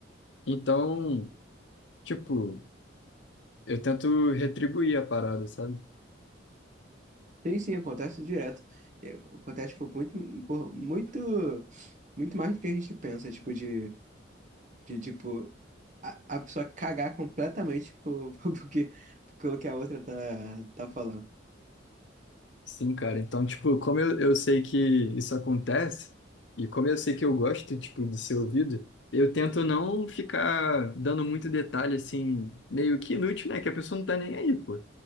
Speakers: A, on the left (about 70°); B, on the right (about 40°).
A: Então, tipo, eu tento retribuir a parada, sabe?
B: Sim, sim, acontece direto. É, Acontece, tipo, muito, por- muito, muito mais do que a gente pensa, tipo, de, de tipo. a, a pessoa cagar completamente por, <laughs> porque, pelo que a outra tá, tá falando.
A: Sim, cara. Então, tipo, como eu, eu sei que isso acontece, e como eu sei que eu gosto, tipo, de ser ouvido, eu tento não ficar dando muito detalhe, assim, meio que inútil, né? Que a pessoa não tá nem aí, pô.